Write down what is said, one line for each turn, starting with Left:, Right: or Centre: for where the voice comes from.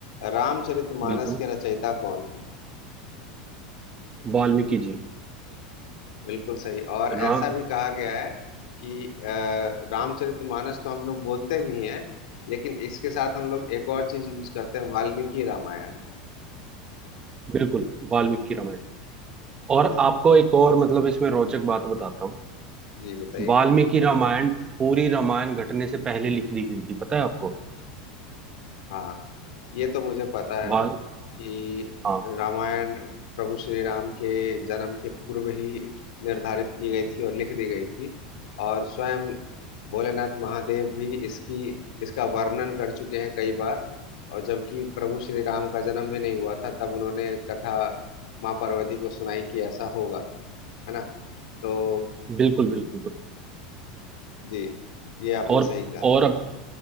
Left: रामचरितमानस
Right: बिल्कुल
Left: के रचयिता कौन है
Right: वाल्मीकि जी
Left: बिल्कुल सही और
Right: राम
Left: ऐसा भी कहा गया है कि अ, रामचरितमानस तो हम लोग बोलते भी हैं लेकिन इसके साथ हम लोग एक और चीज यूज करते हैं वाल्मीकि रामायण
Right: बिल्कुल वाल्मीकि रामायण और
Left: है ना जी
Right: आपको एक और मतलब इसमें रोचक बात बताता हूँ
Left: जी बताइए
Right: वाल्मीकि रामायण पूरी रामायण घटने से पहले लिख दी गई थी पता है आपको
Left: हाँ ये तो मुझे पता है
Right: वाल
Left: कि
Right: हाँ
Left: रामायण प्रभु श्री राम के जन्म के पूर्व ही निर्धारित की गई थी और लिख दी गई थी और स्वयं भोलेनाथ महादेव भी इसकी इसका वर्णन कर चुके हैं कई बार और जबकि प्रभु श्री राम का जन्म भी नहीं हुआ था तब उन्होंने कथा माँ पार्वती को सुनाई कि ऐसा होगा है ना तो
Right: बिल्कुल बिल्कुल
Left: जी ये आपने
Right: और
Left: सही कहा
Right: और अब